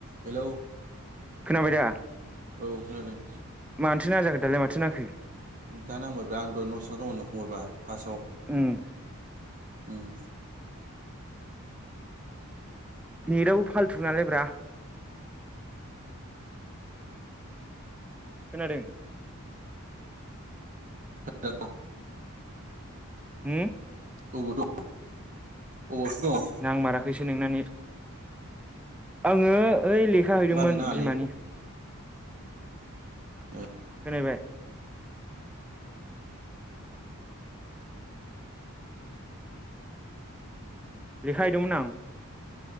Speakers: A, on the right; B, in the centre.
A: Hello
B: खोनाबाय दा
A: औ खोनादों
B: मानोथो नाङा जाखो दालाय माथो नांखो
A: दा नांबायब्रा आं दहाय न' सिङाव दङमोन नों फन हरबा फार्स्टआव
B: ओम
A: ओम
B: नेटआबो फाल्थु नालाय ब्रा खोनादों
A: <unintelligible>
B: होम
A: अबाव दं अबावथो दं?
B: नांमाराखैसो नोंना नेत आङो ओइ लेखा हैदोंमोन
A: बारनो नाङालै
B: बिमानि
A: ए
B: खोना हैबाय लेखा हैदोंमोन आं।